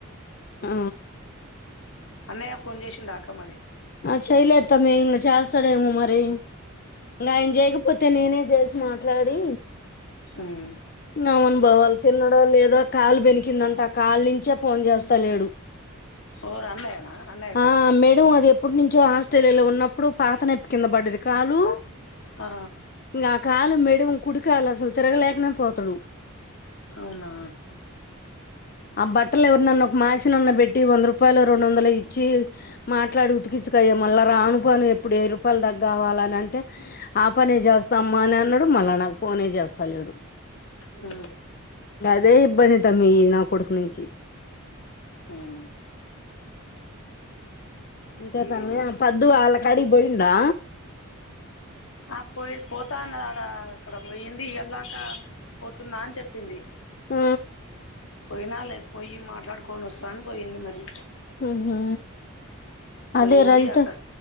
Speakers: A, on the left (about 40°); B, on the left (about 60°).
A: ఆ
B: అన్నయ్య ఫోన్ చేసిిడా అక్క మరి
A: ఆ చేయలేత్తామ ఇంగే చేస్తాడేమో మరి ఇంగ ఆయన చేయకపోతే నేనే చేసి మాట్లాడి
B: మ్
A: నమన్ బోవాల్ తిన్నడో లేదో కాలు బెనికిందంట కాల్ నుంచే ఫోన్ చేస్తా లేడు
B: ఓరు అన్నయ్యనా అన్నయ్యకా
A: ఆ మేడం అది ప్పుటి నుంచో ఆస్ట్రేలియాలో ఉన్నప్పుడు పాత నొప్పి కింద పడ్డది కాలు
B: ఆ
A: ఇంగ ఆ కాలు మెడం కుడికాలసలు తిరగలేకనే పోతాడు
B: అవునా
A: ఆ బట్టలు ఎవరినన్న ఒక మాషినన్న పెట్టి వంద రూపాయలు రెండు వందలు ఇచ్చి మాట్లాడు ఉతికిచ్చుకోయ్య మళ్ళా రాను పోను ఎప్పుడు వెయ్యి రూపాయలు దాకకవాలంటే ఆ పనే చేస్తామ్మ అని అన్ న్నాడు మళ్ళా నాకు ఫోనే చేస్తా లేడు
B: అ
A: అదే ఇబ్బంది తమ్మి నా కొడుకు నుంచి
B: మ్
A: ఇంకా తమ్మి
B: ఏం
A: ఆ పద్దు వాళ్ళ కాడిగి పోఇండా
B: ఆ పోయి పోతా అన్నది అడ అక్కడ పోయింది వెళ్ళక పోతున్నా అని చెప్పింది
A: ఆ
B: పోయిన లే పోయి మాట్లాడుకోని వస్తా అని పోయింది మరి
A: మ్ హు
B: పోయింది
A: అదే రజిత
B: అక్కడ